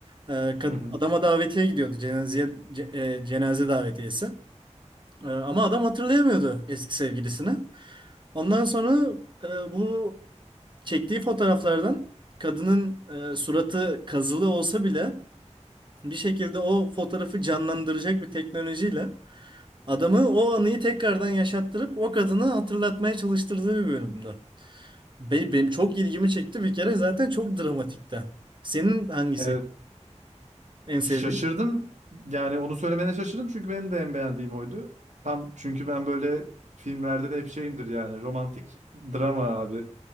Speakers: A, on the right; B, on the right.
A: Ee, kad-
B: Hı hı.
A: adama davetiye gidiyordu. Cenazeye, ce- e, cenaze davetiyesi. Ee, ama adam hatırlayamıyordu eski sevgilisini. Ondan sonra e, bu çektiği fotoğraflardan kadının e, suratı kazılı olsa bile bir şekilde o fotoğrafı canlandıracak bir teknolojiyle adamı o anıyı tekrardan yaşattırıp o kadını hatırlatmaya çalıştırdığı bir bölümde. Be- Benim çok ilgimi çekti bir kere zaten çok dramatikten. Senin hangisi
B: Evet.
A: en
B: Şaşırdım.
A: sevdiğin? <laughs>
B: Yani onu söylemene şaşırdım çünkü benim de en beğendiğim oydu. Tam çünkü ben böyle filmlerde de hep şeyimdir yani romantik drama abi.